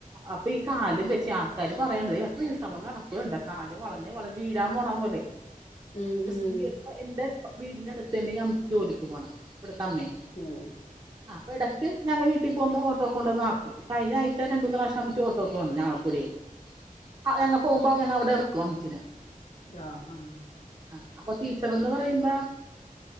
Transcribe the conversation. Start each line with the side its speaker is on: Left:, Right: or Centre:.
Right: അപ്പൊ ഈ കാലും വെച്ച ആൾക്കാര് പറയണ്ടത് എട്ടു ദിവസം നടപ്പ് കണ്ടാ കാല് വളഞ്ഞ് വളഞ് വീഴാൻ പോണ പോലെ
Left: ഉം ഉം
Right: <inaudible> എന്റെ വീടിന്റെ അടുത്ത് തന്നെ മ്മക്ക് ജോലിക്ക്പോണേ ഇവിടത്തെ അമ്മേ
Left: ഉം
Right: ആഹ് അപ്പ ഇടക്ക് ഞങ്ങൾ വീട്ടിൽ പോക്പോ ട്ടക്ക കൊണ്ട വന്ന ആക്കും കഴിഞ്ഞ ആഴ്ച രണ്ടൂന്ന് പ്രാശ്യം ഓട്ടോക്കെ വന്ന ഞങ്ങൾ കൂടി ആഹ് ഞങ്ങ പോകുമ്പോ ഞങ്ങ അവിടെ ഇറക്കും അമ്മച്ചിനെ
Left: ആഹ് ആഹ്
Right: ആഹ് അപ്പൊ ടിച്ചർ എന്ന് പറയുമ്പോ